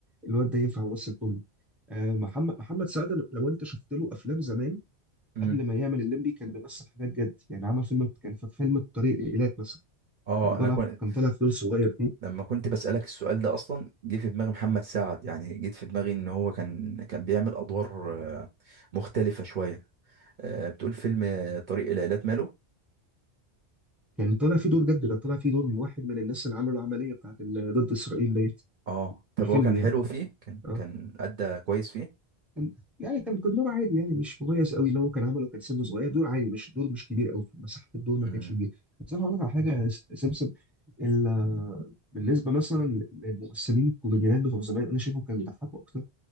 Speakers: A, in the centre; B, on the right.
A: الواد ده ينفع ممثل كوميدي آه، محمد محمد سعد لو انت شفت له افلام زمان
B: امم
A: قبل ما يعمل الليمبي كان بيمثل حاجات جد يعني عمل فيلم كان في فيلم الطريق الإيلات مثلا
B: اه
A: كان طالع
B: انا كنت
A: كان طالع في دور صغير فيه
B: لما كنت بسألك السؤال ده اصلا جه في دماغي محمد سعد يعني جيت في دماغي ان هو كان كان بيعمل ادوار آه، مختلفة شوية آه، بتقول فيلم آه، طريق إلى إيلات ماله
A: كان طالع فيه دور جد كان طالع فيه دور من واحد من الناس اللي عملوا العملية بتاعت ال- ضد إسرائيل ديت
B: اه طب
A: في الفيلم
B: هو كان
A: يعني
B: حلو فيه كان
A: اه
B: كان أدى كويس فيه
A: كان- يعني كان كان دور عادي يعني مش مميز قوي اللي هو كان عمله كان سنه صغير دور عادي مش دور مش كبير قوي مساحة الدور ما
B: امم
A: كانتش كبيرة بس أنا هقول لك على حاجة يا س- سمسم ال- بالنسبة مثلا للممثلين الكوميديانات بتوع زمان أنا شايفهم كانوا بيضحكوا أكتر